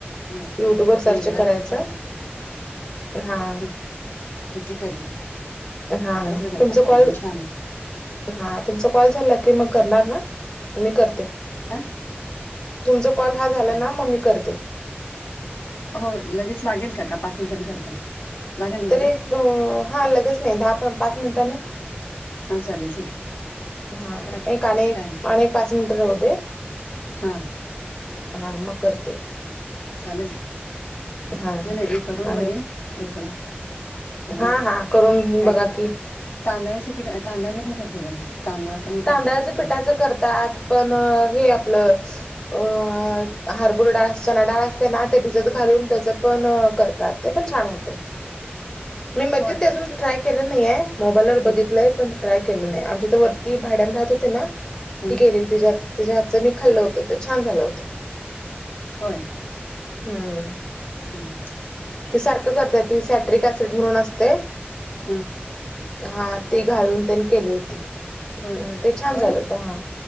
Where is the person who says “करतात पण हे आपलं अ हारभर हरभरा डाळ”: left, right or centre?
Left